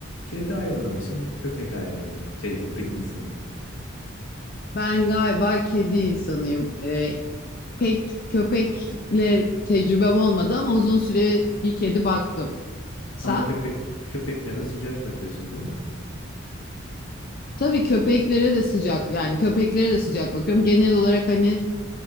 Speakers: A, on the left; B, on the left.
A: Kedi hayvanı mısın, köpek hayvanı mı? Şey, köpek insanı.
B: Ben galiba kedi insanıyım. Ee, pek köpekle tecrübem olmadı ama uzun süre bir kedi baktım. Sen?
A: Ama köpek köpeklere de sıcak bakıyorsun değil mi?
B: Tabii köpeklere de sıcak yani köpeklere de sıcak bakıyorum. Genel olarak hani